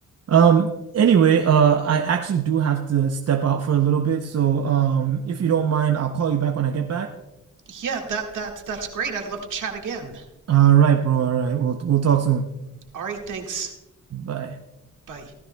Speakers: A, on the right; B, on the right.
A: Um. Anyway, uh, I actually do have to step out for a little bit, so um, if you don't mind, I'll call you back when I get back.
B: Yeah, that that's that's great. I'd love to chat again.
A: All right, bro. All right, we'll we'll talk soon.
B: All right, thanks.
A: Bye.
B: Bye.